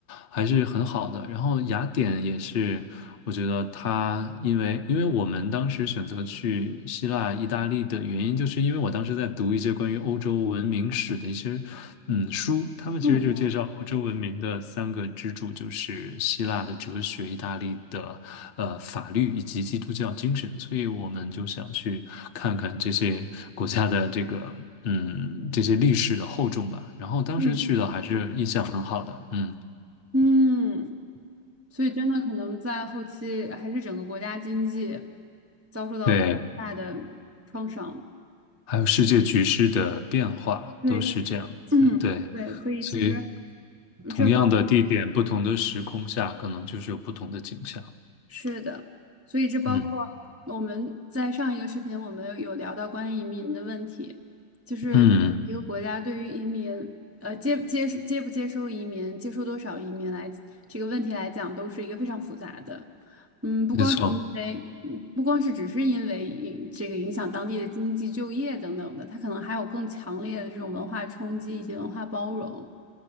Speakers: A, on the left; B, on the right.
A: 还是很好的。然后雅典也是，我觉得它因为因为我们当时选择去希腊、意大利的原因，就是因为我当时在读一些关于欧洲文明史的一些嗯书，他们其实就介绍欧洲文明的三个支柱，
B: 嗯
A: 就是希腊的哲学、意大利的呃法律以及基督教精神，所以我们就想去。看看这些国家的这个 <laughs> 嗯这些历史的厚重吧。然后当时去的还是印象很好的，
B: 嗯
A: 嗯，
B: 嗯，所以真的可能在后期还是整个国家经济遭受到了非常大的创伤。
A: 对，还有世界局势的变化都是这样子，
B: 对，嗯，
A: 对，
B: 对，所以其实
A: 所以同样的地点，
B: 这包。
A: 不同的时空下，可能就是有不同的景象。
B: 是的，所以这包括我们在上一个视频，
A: 嗯
B: 我们有聊到关于移民的问题，就是一个国家对于移民，
A: 嗯，
B: 呃，接接接不接收移民，接收多少移民来这个问题来讲，都是一个非常复杂的。嗯，不光是因为，
A: 没错。
B: 嗯不光是只是因为影这个影响当地的经济、就业等等的，它可能还有更强烈的这种文化冲击以及文化包容。